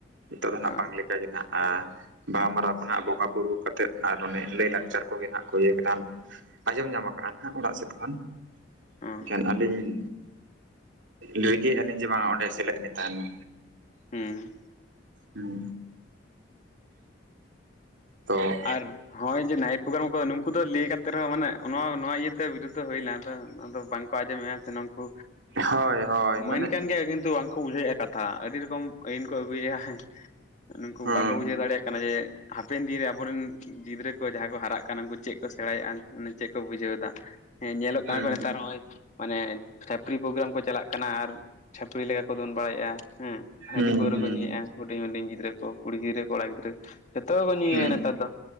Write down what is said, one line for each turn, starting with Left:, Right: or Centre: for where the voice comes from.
Right: ᱱᱤᱛᱚᱜ ᱫᱚ ᱱᱟᱜ
Left: ᱦᱳᱭ
Right: ᱵᱟᱝ ᱞᱮᱠᱟᱜᱮ ᱱᱦᱟᱜᱼᱟ᱾ ᱵᱟᱦᱟᱢᱟᱨᱟᱣ ᱠᱚ ᱱᱟᱜ ᱵᱚᱸᱜᱟᱼᱵᱩᱨᱩ ᱠᱟᱛᱮᱫ ᱟᱨ ᱚᱱᱮ ᱞᱟᱹᱭᱼᱞᱟᱠᱪᱟᱨ ᱠᱚᱜᱮ ᱱᱟᱜ ᱠᱚ ᱤᱭᱟᱹᱠᱮᱫᱟ᱾ ᱟᱸᱡᱚᱢ ᱧᱟᱢ ᱠᱟᱜᱼᱟ ᱦᱟᱸᱜ ᱚᱲᱟᱜ ᱥᱮᱫ ᱠᱷᱚᱱ
Left: ᱦᱮᱸ
Right: ᱮᱱᱠᱷᱟᱱ ᱟᱹᱞᱤᱧᱼᱼ ᱞᱟᱹᱭ ᱠᱮᱫ-ᱟ ᱞᱤᱧ ᱡᱮ ᱵᱟᱝᱟ ᱚᱸᱰᱮ ᱥᱮᱞᱮᱫ ᱞᱤᱧ ᱛᱟᱦᱮᱱ ᱢᱟ
Left: ᱦᱩᱸ
Right: ᱦᱩᱸ ᱛᱚᱻ
Left: ᱟᱨᱻ ᱱᱚᱜᱼᱚᱭ ᱡᱮ ᱱᱟᱭᱤᱴ ᱯᱨᱳᱜᱨᱟᱢ ᱠᱚ ᱱᱩᱠᱩ ᱫᱚ ᱞᱟᱹᱭ ᱠᱟᱛᱮ ᱨᱮᱦᱚᱸ ᱢᱟᱱᱮ ᱱᱚᱣᱟ ᱱᱚᱣᱟ ᱤᱭᱟᱹᱛᱮ ᱵᱤᱨᱩᱫᱽᱷᱚ ᱦᱩᱭ ᱱᱟ, ᱟᱫᱚ ᱚᱱᱟ ᱫᱚ ᱵᱟᱝᱻ ᱟᱸᱡᱚᱢᱮᱼᱟ ᱥᱮ ᱱᱩᱠᱩ
Right: ᱦᱳᱭ ᱦᱳᱭ
Left: ᱢᱟᱹᱱ
Right: ᱢᱟᱱᱮ
Left: ᱠᱟᱱ ᱜᱮᱭᱟ, ᱠᱤᱱᱛᱩ ᱵᱟᱝᱠᱚ ᱵᱩᱡᱷᱟᱹᱣᱮᱫᱼᱟ ᱠᱟᱛᱷᱟᱻ ᱦᱟ ᱟᱹᱰᱤ ᱨᱚᱠᱚᱢ ᱟᱹᱭᱤᱱ ᱠᱚ ᱟᱹᱜᱩᱭᱮᱫᱼᱟ, ᱱᱩᱠᱩ
Right: ᱦᱩᱸ
Left: ᱵᱟᱠᱚ ᱵᱩᱡᱷᱟᱹᱣ ᱫᱟᱲᱮᱭᱟᱜ ᱠᱟᱱᱟ ᱡᱮᱻ ᱦᱟᱯᱮᱱ ᱫᱤᱱ ᱨᱮ ᱟᱵᱚᱻ ᱟᱵᱚᱨᱮᱱ ᱜᱤᱫᱽᱨᱟᱹ ᱠᱚ ᱡᱟᱦᱟᱸᱭ ᱠᱚ ᱦᱟᱨᱟᱜ ᱠᱟᱱᱟ, ᱩᱱᱠᱩ ᱪᱮᱫ ᱠᱚ ᱥᱮᱬᱟᱭᱮᱫᱼᱟ, ᱪᱮᱫ ᱠᱚ ᱵᱩᱡᱷᱟᱹᱣ ᱮᱫᱟ? ᱦᱮᱸ ᱧᱮᱞᱚᱜ ᱠᱟᱱᱟ
Right: ᱦᱩᱸ
Left: ᱠᱚ, ᱱᱮᱛᱟᱨ ᱱᱚᱜᱚᱭᱻ ᱢᱟᱱᱮ ᱪᱷᱟᱹᱯᱨᱤ ᱯᱨᱳᱜᱨᱟᱢ ᱠᱚ ᱪᱟᱞᱟᱜ ᱠᱟᱱᱟ ᱟᱨ ᱪᱷᱟᱹᱯᱨᱤ ᱞᱮᱠᱟ ᱠᱚ, ᱫᱚᱱ ᱵᱟᱲᱟᱭᱮᱫᱼᱟ ᱦᱮᱸ ᱾ ᱦᱟᱺᱰᱤ
Right: ᱦᱩᱸ
Left: ᱯᱟᱹᱣᱨᱟᱹ
Right: ᱦᱩᱸ
Left: ᱠᱚ ᱧᱩᱭᱮᱫᱭᱟ ᱦᱩᱰᱤᱧ ᱦᱩᱰᱤᱧ ᱜᱤᱫᱽᱨᱟᱹ ᱠᱚ, ᱠᱩᱲᱤ ᱜᱤᱫᱽᱨᱟᱹ, ᱠᱚᱲᱟ ᱜᱤᱫᱽᱨᱟᱹ ᱡᱚᱛᱚ ᱠᱚ ᱧᱩᱭ
Right: ᱦᱩᱸ
Left: ᱭᱟ ᱾ ᱱᱮᱛᱟᱨ ᱫᱚ